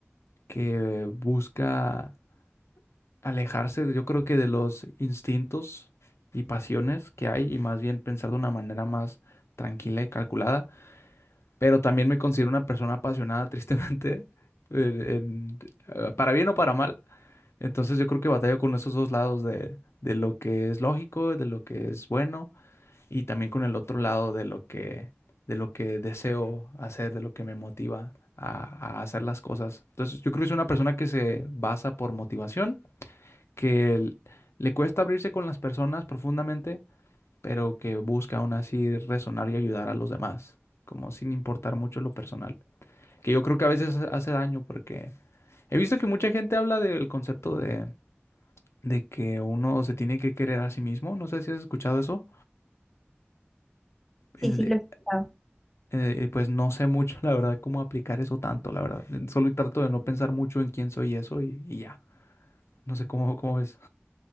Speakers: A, on the left (about 85°); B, in the centre.
A: que busca alejarse, de- yo creo que de los instintos y pasiones que hay y más bien pensar de una manera más tranquila y calculada, pero también me considero una persona apasionada, <laughs> tristemente, en- en- eh, para bien o para mal. Entonces yo creo que batalla con esos dos lados de, de lo que es lógico, de lo que es bueno, y también con el otro lado de lo que, de lo que deseo hacer, de lo que me motiva a, a hacer las cosas. Entonces yo creo que es una persona que se basa por motivación, que l- le cuesta abrirse con las personas profundamente, pero que busca aún así resonar y ayudar a los demás, como sin importar mucho lo personal, que yo creo que a veces hace hace daño porque he visto que mucha gente habla del concepto de de que uno se tiene que querer a sí mismo. No sé si has escuchado eso. Eh,
B: Sí, sí,
A: de-
B: lo he escuchado.
A: eh, pues no sé mucho, <laughs> la verdad, cómo aplicar eso tanto, la verdad. Eh, Solo trato de no pensar mucho en quién soy y eso y, y ya. No sé cómo, cómo ves.